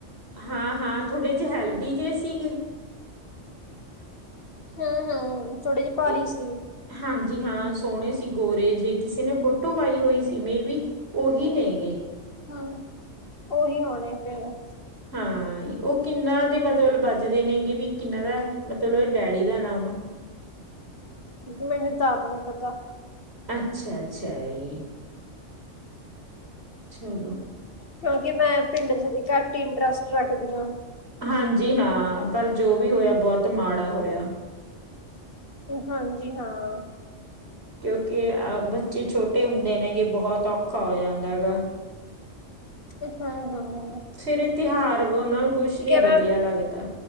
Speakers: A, on the right (about 55°); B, on the left (about 45°).
A: ਹਾਂ-ਹਾਂ ਥੋੜ੍ਹੇ ਜੇ ਹੈਲਦੀ ਜੇ ਸੀਗੇ?
B: ਹੂੰ-ਹੂੰ ਥੋੜੇ ਜੇ ਭਾਰੀ
A: ਕਿ
B: ਸੀ।
A: ਹਾਂਜੀ ਹਾਂ ਸੋਹਣੇ ਸੀ ਗੋਰੇ ਜੇ ਕਿਸੇ ਨੇ ਫੋਟੋ ਪਾਈ ਹੋਈ ਸੀ ਮੇ ਵੀ। ਉਹੀ ਨੇ ਗੇ।
B: ਹਾਂ, ਉਹੀ ਹੋਣੇ ਫੇਰ।
A: ਹਾਂ ਉਹ ਕਿੰਨਾ ਦੇ ਮਤਲਬ ਵੱਜਦੇ ਨੇਗੇ ਵੀ ਕਿੰਨਾ ਦਾ, ਮਤਲਬ ਡੈਡੀ ਦਾ ਨਾਮ?
B: ਮੈਨੂੰ ਤਾਂ ਆਪ ਨੀ ਪਤਾ।
A: ਅੱਛਾ-ਅੱਛਾ ਜੀ। ਚਲੋ।
B: ਕਿਉਂਕਿ ਮੈਂ ਪਿੰਡ 'ਚ ਵੀ ਘੱਟ ਇੰਟਰਸਟ ਰੱਖਦੀਆਂ।
A: ਹਾਂਜੀ ਹਾਂ ਪਰ ਜੋ ਵੀ ਹੋਇਆ ਬਹੁਤ ਮਾੜਾ ਹੋਇਆ।
B: ਹਾਂਜੀ ਹਾਂ।
A: ਕਿਉਂਕਿ ਅ ਬੱਚੇ ਛੋਟੇ ਹੁੰਦੇ ਨੇ ਕਿ ਬਹੁਤ ਔਖਾ ਹੋ ਜਾਂਦਾ ਹੈਗਾ।
B: ਹਾਂ-ਹਾਂ।
A: ਫਿਰ ਇਹ ਤਿਉਹਾਰ ਉਹਨਾਂ ਨੂੰ ਕੁਛ ਨੀ
B: ਮੈਮ।
A: ਵਧੀਆ ਲੱਗਦਾ,